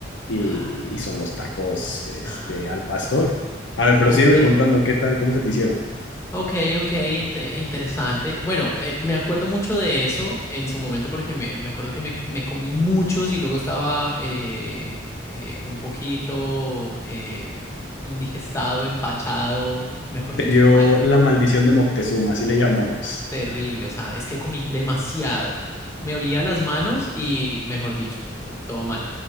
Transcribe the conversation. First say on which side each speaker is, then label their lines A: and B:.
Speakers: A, on the left; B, on the left.
A: y,
B: ah,
A: y son los tacos este,
B: anda.
A: al pastor. A ver, pero
B: Ok,
A: sígueme contando qué tal, cómo se te hicieron.
B: ok, ok, inte- interesante. Bueno, eh, me acuerdo mucho de eso en su momento porque me, me acuerdo que me, me comí muchos y luego estaba eh, eh, un poquito em, indigestado, empachado, mejor
A: Te
B: dicho,
A: dio
B: mal.
A: la maldición de Moctezuma, así le llamamos.
B: Mm, Terrible, o sea, es que comí demasiado. Me olía las manos y, mejor dicho, eh, todo mal.